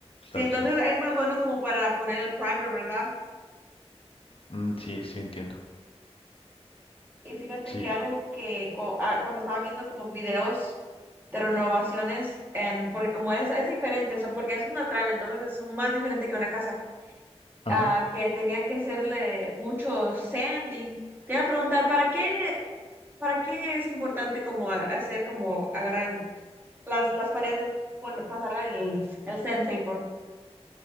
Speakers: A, on the left; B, on the right.
A: claro
B: Sí, entonces
A: que sí.
B: es más bueno como para poner el primer, ¿verdad?
A: Mm, sí, sí, entiendo.
B: Y fíjate
A: Sí,
B: que algo que co- ah, cuando estaba viendo como videos de renovaciones, en, porque como es, es diferente, eso, porque es una trala, entonces es más diferente que una casa,
A: ajá,
B: ah, que tenía que hacerle mucho sanding. Te iba a preguntar, ¿para qué, para qué es importante como a- hacer, como agarrar el- las, las paredes, con, pasar el, el sandpaper?